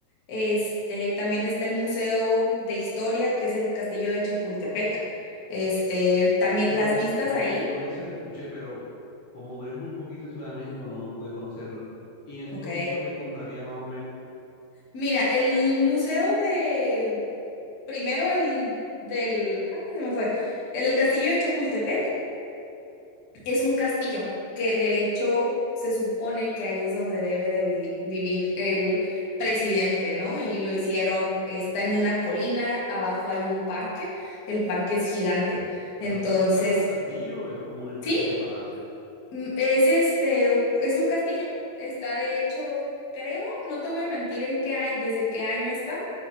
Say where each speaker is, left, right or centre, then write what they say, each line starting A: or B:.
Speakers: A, on the left (about 80°); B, on the left (about 65°).
A: Este, también está el Museo de Historia, que es el Castillo de Chapultepec. Este, también
B: Bueno,
A: las vistas
B: yo,
A: ahí,
B: yo de ese lo escuché, pero como duré muy poquito en Ciudad de México, no, no pude conocerlo. Y en esos
A: ok.
B: dos museos que encontraría más o menos,
A: Mira, el museo de, primero el del, ay, se me fue, el del Castillo de Chapultepec. Es un castillo que de hecho se supone que ahí es donde debe de vi- vivir el presidente, ¿no? Y lo hicieron, está en una colina, abajo hay un parque, el parque es gigante. Entonces,
B: pero tal cual es un castillo, es como una especie
A: sí,
B: de palacio.
A: mm, es este, es un castillo. Está de hecho, creo, no te voy a mentir en qué a- desde qué año está,